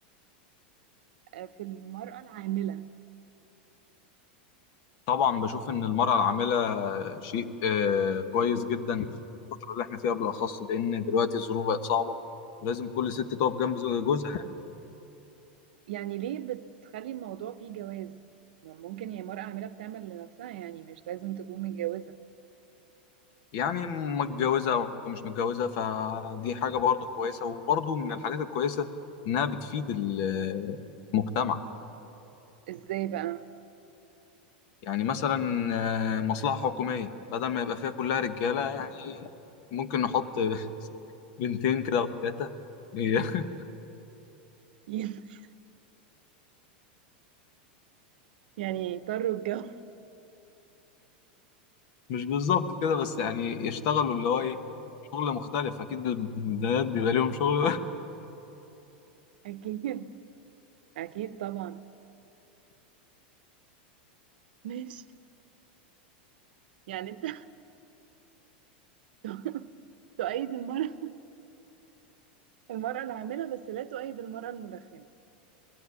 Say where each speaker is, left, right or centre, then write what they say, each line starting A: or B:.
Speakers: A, on the right; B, on the left.
A: في المرأة العاملة
B: طبعا بشوف ان المراه العامله شيء آه كويس جدا في الفتره اللي احنا فيها بالاخص لان دلوقتي الظروف بقت صعبه ولازم كل ست تقف جنب زو- جوزها يعني
A: يعني ليه بتخلي الموضوع فيه جواز ما ممكن هي مرأة عاملة بتعمل لنفسها يعني مش لازم تكون متجوزة
B: يعني متجوزه او مش متجوزه فدي حاجه برضه كويسه وبرضه من الحاجات الكويسه انها بتفيد ال- المجتمع
A: ازاي بقى
B: يعني مثلا آه، مصلحة حكومية بدل ما يبقى فيها كلها رجالة يعني ممكن نحط <laughs> بنتين كده وثلاثة <laughs>
A: <laughs> يعني يضطروا الجو
B: مش بالظبط كده بس يعني يشتغلوا اللي هو ايه شغل مختلف أكيد البنات بيبقى ليهم شغل <laughs>
A: اكيد اكيد طبعا ماشي يعني انت <laughs> تؤيد المرأة المرأة العاملة بس لا تؤيد المرأة المدخنة